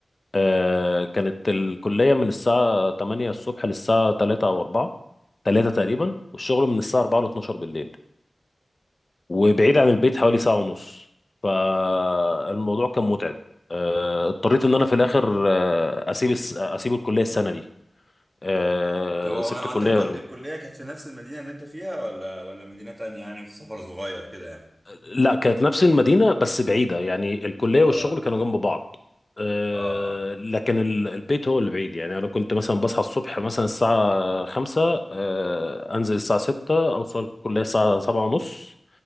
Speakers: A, on the left; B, on the right.
A: آه، كانت الكلية من الساعة 8 الصبح للساعة 3 او 4 3 تقريبا والشغل من الساعة 4 ل 12 بالليل وبعيد عن البيت حوالي ساعة ونص فالموضوع كان متعب آه، اضطريت ان انا في الاخر آه، اسيب الس- اسيب الكلية السنة دي آه،
B: طب هو
A: سبت
B: هو
A: الكلية
B: انت الكل... الكلية كانت في نفس المدينة اللي انت فيها ولا ولا مدينة تانية يعني في سفر صغير كده يعني
A: لا كانت نفس المدينة بس بعيدة يعني الكلية والشغل
B: اه
A: كانوا جنب بعض آه،
B: اه اه
A: لكن ال- البيت هو اللي بعيد يعني أنا كنت مثلا بصحى الصبح مثلا الساعة خمسة آه، أنزل الساعة ستة أوصل الكلية الساعة سبعة ونص